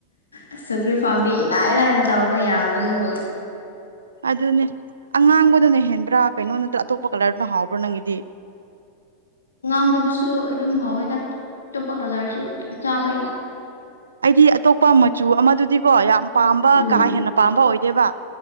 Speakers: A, on the left (about 80°); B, on the right (about 80°).
A: ꯑꯁ ꯁꯧꯒ꯭ꯔꯤ ꯐꯥꯔꯝꯗꯤ ꯏꯂꯥꯏ ꯂꯥꯏꯅ ꯇꯧꯕ ꯌꯥꯕꯗꯨꯕꯨ
B: ꯑꯗꯨꯅꯦ ꯑꯉꯥꯡꯕꯗꯨꯅ ꯍꯦꯟꯕ꯭ꯔꯥ ꯀꯩꯅꯣ ꯅꯠꯇ꯭ꯔ ꯑꯇꯣꯞꯄ ꯀꯂꯔꯗꯨꯅꯣ ꯍꯥꯎꯕ꯭ꯔꯥ ꯅꯪꯒꯤꯗꯤ?
A: ꯉꯥꯡꯕꯗꯨꯁꯨ ꯑꯗꯨꯝ ꯍꯥꯎꯋꯦꯗ ꯑꯇꯣꯞꯄ ꯀꯂꯔꯁꯨ ꯆꯥꯕ ꯌꯥꯏ꯫
B: ꯑꯩꯗꯤ ꯑꯇꯣꯞꯄ ꯃꯆꯨ ꯑꯃꯗꯨꯗꯤꯀꯣ ꯌꯥꯝ ꯄꯥꯝꯕ
A: ꯎꯝ
B: ꯀꯥ ꯍꯦꯟꯅ ꯄꯥꯝꯕ ꯑꯣꯏꯗꯦꯕ꯫